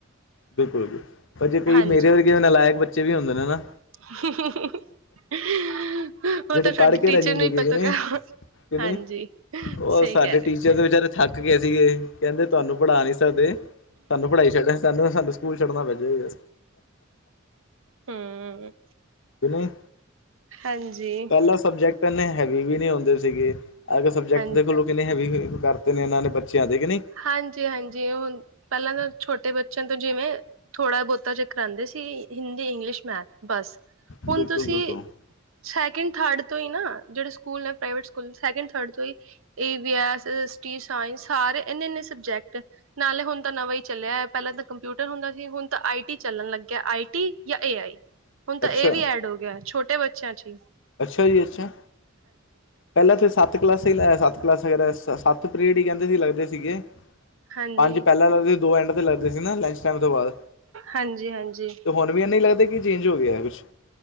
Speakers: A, on the left; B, on the right.
A: ਬਿਲਕੁਲ ਜੀ। ਪਰ ਜੇ ਕਈ
B: ਹਾਂਜੀ।
A: ਮੇਰੇ ਵਰਗੇ ਵੀ ਨਲਾਏਕ ਬੱਚੇ ਵੀ ਹੁੰਦੇ ਨੇ ਨਾ।
B: <unintelligible>
A: ਜੇੜੇ
B: ਤਾਂ ਸਾਡੇ
A: ਪੜ ਕੇ
B: ਟੀਚਰ
A: ਰੈ ਜਾਂਦੇ
B: ਨੂੰ ਹੀ
A: ਨੇ
B: ਪਤਾ ਗਾ
A: ਕੇਂਦੇ
B: ਹਾਂਜੀ
A: ਓ
B: ਸਹੀ
A: ਸਾਡੇ
B: ਕਹਿ ਰਹੇ ਹੋ।
A: ਟੀਚਰ ਤੇ ਵਿਚਾਰੇ ਥੱਕ ਗੇ ਸੀਗੇ। ਕੇਂਦੇ ਤਾਨੂੰ ਪੜਾ ਨੀ ਸਕਦੇ। ਸਾਨੂੰ ਪੜਾਈ ਛੱਡ ਸਾਨੂੰ ਸਾਨੂੰ ਸਕੂਲ ਛੱਡਣਾ ਪੈਜੇ
B: ਹੂੰ।
A: ਕਿ ਨੀ।
B: ਹਾਂਜੀ,
A: ਪੈਲਾਂ ਸਬਜੈਕਟ ਏਨੇ ਹੈਵੀ ਵੀ ਨੀ ਹੁੰਦੇ ਸੀਗੇ। ਅਜ-ਕਲ ਸਬਜੈਕਟ
B: ਹਾਂਜੀ,
A: ਦੇਖਲੋ ਕਿੰਨੇ ਹੈਵੀ ਕਰਤੇ ਨੇ ਏਨਾਂ ਨੇ ਬੱਚੇਆਂ ਦੇ ਕਿ ਨਈ।
B: ਹਾਂਜੀ ਹਾਂਜੀ। ਹੁਨ ਪੈਲਾਂ ਤਾਂ ਛੋਟੇ ਬੱਚੇਆਂ ਨ ਤਾਂ ਜਿਵੇਂ ਥੋੜ੍ਹਾ ਬਹੁਤਾ ਜੇ ਕਰਾਂਦੇ ਸੀ ਹਿੰਦੀ, ਇੰਗਲਿਸ਼, ਮੈਥ ਬਸ
A: ਬਿਲਕੁਲ
B: ਹੁਣ ਤੁਸੀਂ
A: ਬਿਲਕੁਲ
B: ਸੈਕਿੰਡ ਥਰਡ ਤੋਂ ਹੀ ਨਾ, ਜਿਹੜੇ ਸਕੂਲ ਨੇਵੇ ਸਕੂਲ ਸੈਕਿੰਡ ਥਰਡ ਤੋਂ ਈ A B, S S T, science ਸਾਰੇ ਈ ਇੰਨੇ-ਇੰਨੇ ਸਬਜੈਕਟ ਨਾਲੇ ਹੁਣ ਤਾਂ ਨਵਾਂ ਹੀ ਚੱਲਿਆ ਪਹਿਲਾਂ ਤਾਂ ਕੰਪਿਊਟਰ ਹੁੰਦਾ ਸੀ ਹੁਣ ਤਾਂ ਆਈ ਟੀ ਚੱਲਣ ਲੱਗਿਆ ਆਈ ਟੀ ਜਾਂ ਏ ਆਈ। ਹੁਣ ਤਾਂ
A: ਅੱਛਾ
B: ਇਹ ਵੀ ਐਡ ਹੋ ਗਿਆ ਛੋਟੇ ਬੱਚਿਆਂ ਚ ਈ।
A: ਅੱਛਾ ਜੀ ਅੱਛਾ। ਪਹਿਲਾਂ ਤੇ ਸੱਤ ਕਲਾਸਾਂ ਹੀ ਲਾਇਆ ਸੱਤ ਕਲਾਸ ਸੱਤ ਪੀਰੀਅਡ ਹੀ ਕਹਿੰਦੇ ਸੀ ਲੱਗਦੇ ਸੀਗੇ।
B: ਹਾਂਜੀ,
A: ਪੰਜ ਪਹਿਲਾਂ ਲੱਗਦੇ ਸੀ ਦੋ ਐਂਡ ਤੇ ਲੱਗਦੇ ਸੀ ਨਾ ਲੰਚ ਟਾਈਮ ਤੋਂ ਬਾਅਦ।
B: ਹਾਂਜੀ-ਹਾਂਜੀ।
A: ਤੇ ਹੁਣ ਵੀ ਇਹਨੇ ਈ ਲੱਗਦੇ ਕਿ ਚੇਂਜ ਹੋ ਗਿਆ ਕੁਛ।